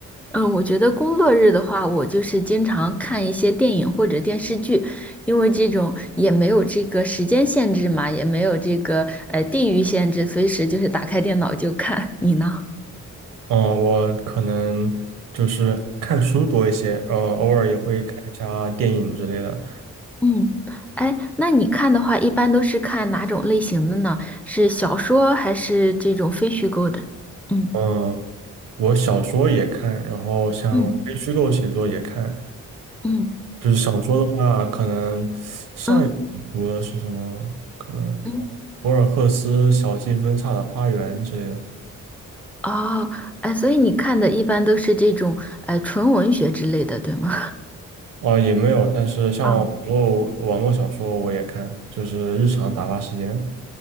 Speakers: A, in the centre; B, on the right.
A: 嗯，我觉得工作日的话，我就是经常看一些电影或者电视剧，因为这种也没有这个时间限制嘛，也没有这个呃地域限制，随时就是打开电脑就看。你呢？
B: 嗯，我可能就是看书多一些，呃，偶尔也会看一下电影之类的。
A: 嗯，哎，那你看的话，一般都是看哪种类型的呢？是小说还是这种非虚构的？嗯
B: 嗯，我小说也看，然后像非虚构写作也看。
A: 嗯嗯
B: 就是小说的话，可能上一本读的是什么？
A: 嗯
B: 可能什么博尔赫斯《小径分岔的花园》之类的。
A: 嗯，哦，哎，所以你看的一般都是这种呃纯文学之类的，对吗？
B: 哦，也没有，但是像网络网络小说我也看，
A: 哦 <laughs>
B: 就是日常打发时间。